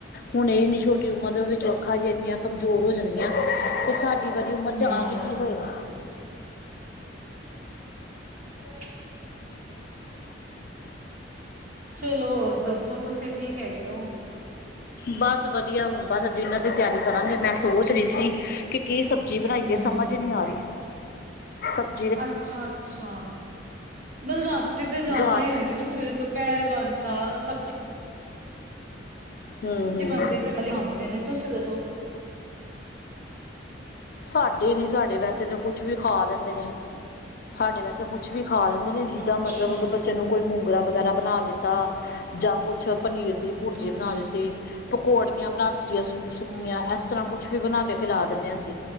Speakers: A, on the left (about 50°); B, on the right (about 45°).
A: ਹੁਣ ਇਹ ਇੰਨੀ ਛੋਟੀ ਉਮਰ ਦੇ ਚੌਖਾ ਜੇ ਇੰਨੀਆਂ ਕਮਜ਼ੋਰ ਹੋ ਜਾਣਗੀਆਂ ਤੇ ਸਾਡੀ ਵਾਰੀ ਉਮਰ 'ਚ' ਆ
B: ਹਾਂ
A: ਕੇ ਕੀ ਹੋਏਗਾ?
B: ' <unintelligible> ਚਲੋ, ਹੋਰ ਦੱਸੋ, ਤੁਸੀਂ ਠੀਕ ਹੈਗੇ ਹੋ।
A: ਬੱਸ ਵਧੀਆ ਹੁਣ ਬੱਸ ਡਿਨਰ ਦੀ ਤਿਆਰੀ ਕਰਾਂਗੇ ਮੈਂ ਸੋਚ ਰਹੀ ਸੀ ਕਿ ਕੀ ਸਬਜ਼ੀ ਬਣਾਈਏ
B: ਹੂੰ।
A: ਸਮਝ ਨੀ ਆ ਰਹੀ। ਸਬ
B: ਅੱਛਾ-ਅੱਛਾ, ਬੱਸ ਰਾਤੀ ਤਾਂ ਜ਼ਿਆਦਾ
A: ਰਾਤ
B: ਹੀ ਹੁੰਦੇ ਨਾ ਸਵੇਰੇ, ਦੁਪਹਿਰ ਬਣਤਾ ਸਬਜ਼ੀ
A: ਹੂੰ ਹੂੰ
B: ਬਣਦੀ 'ਤੇ ਨਾਲ ਹੀ ਖਾਂਦੇ ਨੇ ਤੁਸੀਂ ਦੱਸੋ?' ' <inaudible>
A: ਸਾਡੇ ਨੀ, ਸਾਡੇ ਵੈਸੇ ਤਾਂ ਕੁਛ ਵੀ ਖਾ ਲੈਂਦੇ ਨੇ ਸਾਡੇ ਵੈਸੇ ਕੁਛ ਵੀ ਖਾ ਲੈਂਦੇ ਨੇ ਜਿੱਦਾਂ
B: ਅੱਛਾ
A: ਮਤਲਬ ਬੱਚੇ ਨੂੰ ਕੋਈ ਮੂੰਗਰਾ ਵਗੈਰਾ ਬਣਾ ਦਿੱਤਾ ਜਾਂ ਕੁਛ ਪਨੀਰ ਦੀ ਭੁਰਜੀ
B: ਅੱਛਾ
A: ਬਣਾ ਦਿੱਤੀ, ਪਕੌੜੀਆਂ ਬਣਾ ਦਿੱਤੀਆਂ, ਸੁੱਕੀਆਂ
B: ਅ
A: ਇਸ ਤਰ੍ਹਾਂ ਕੁਛ ਵੀ ਬਣਾ ਕੇ ਖਿਲਾ ਦਿੰਨੇ ਆ ਅਸੀਂ